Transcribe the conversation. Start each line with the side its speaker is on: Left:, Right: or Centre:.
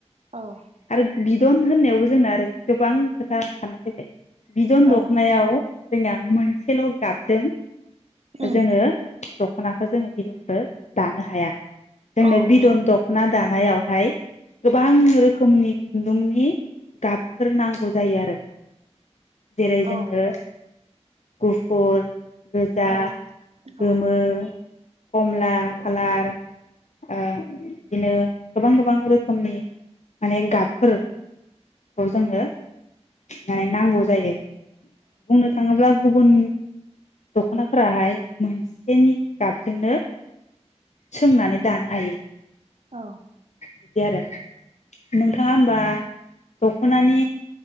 Right: औ
Left: आरो बिदन होननायावबो जोंना ओरै गोबां खोथा ओंखारा फैबाय बिदध
Right: ओ
Left: दखनायाव जोंना मोनसेल' गाबजों
Right: उम
Left: जोङो दख'नाखौ जोङो बिदनखौ दानो हाया। जोंनो
Right: औ
Left: बिदन
Right: औ
Left: दख'ना दा थानायावहाय गोबां रो खुनि खुन्दुंनि गाबफोर नांगौ जायो आरो जेरै जोङो
Right: औ
Left: गुफुर गोजा,
Right: औ औ
Left: गोमो, खमला खालार ओ बिदिनो गोबां गोबां रोखोमनि माने गाबफोरखौ जोंनो माने नांगौ जायो। बुंनो थाङोब्ला गुबुन दख'नाफोराहाय मोनसेनि गाबजोंनो सोंनानै दानो हायो।
Right: औ
Left: बिदि आरो नोंथाङा होमबा दख'नानि